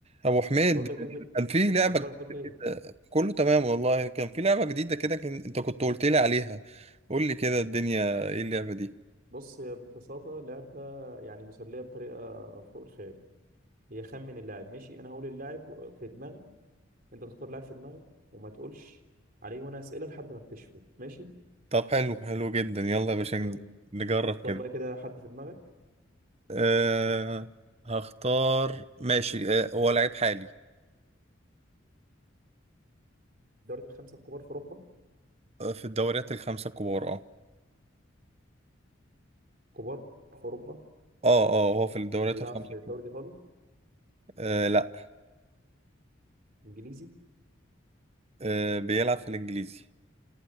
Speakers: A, on the right; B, on the right.
A: ابو حميد
B: بقول لك ايه في-
A: كان في لعبه
B: اخبارك
A: جديده
B: ايه
A: كده كله تمام والله كان في لعبه جديده كده كان انت كنت قلت لي عليها قول لي كده الدنيا ايه اللعبه دي
B: بص هي ببساطه اللعب ده يعني مسليه بطريقه فوق الخيال هي خمن اللاعب ماشي انا هقول اللاعب و- في دماغك انت تختار لاعب في دماغك وما تقولش عليه وانا اسئله لحد ما اكتشفه ماشي
A: طب حلو حلو جدا يلا يا باشا ن-
B: جميل
A: نجرب
B: اختار
A: كده
B: بقى كده حد في دماغك
A: أه هختار ماشي أه هو لعيب حالي
B: الدوري الخمسه الكبار في اوروبا
A: أه في الدوريات الخمسه الكبار اه
B: كبار في اوروبا
A: اه اه هو في الدوريات
B: بيلعب
A: الخمسه
B: في
A: الكبار
B: الدوري الايطالي
A: أه لا
B: انجليزي
A: أه بيلعب في الانجليزي